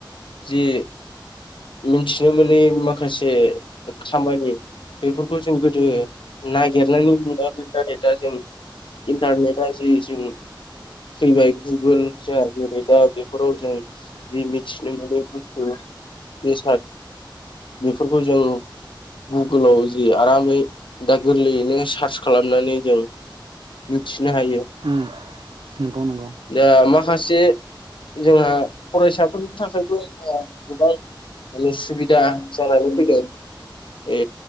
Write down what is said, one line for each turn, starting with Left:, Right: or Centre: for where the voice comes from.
Left: जे मिनथिनो मोनै माखासे खामानि बेफोरखौ जों गोदो नागिरनानै मोनामोन दा नै दा जों इन्टारनेटआ जे जों फैबाय गुगोल जोंहा जेरै दा बेफोराव जों जि मिथिनो मोनै बुस्थु बेसाद बेफोरखौ जों गुगोलाव जि आरामै दा गोरलैयैनो सार्च खालामनानै जों मिथि नो हायो,
Right: उम नंगौ नंगौ
Left: दा मा माखासे जोंहा फरायसाफोरनि थाखायबो ओ गोबां नो सुबिदा जानानै फैदों ए